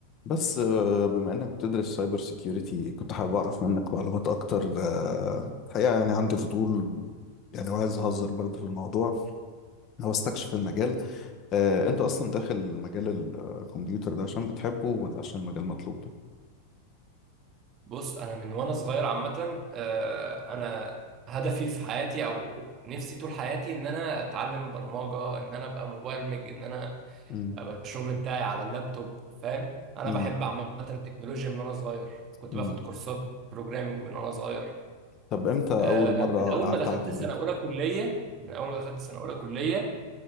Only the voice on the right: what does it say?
بص انا من وانا صغير عامه آه، انا هدفي في حياتي او نفسي طول حياتي ان انا اتعلم برمجه ان انا ابقى مبرمج ان انا
ابقى الشغل بتاعي على اللابتوب فاهم انا
بحب عامه التكنولوجيا من وانا صغير كنت
باخد كورسات بروجرامنج من وانا صغير
آه،
من اول
ما دخلت
السنه اولى كليه من اول ما دخلت السنه اولى كليه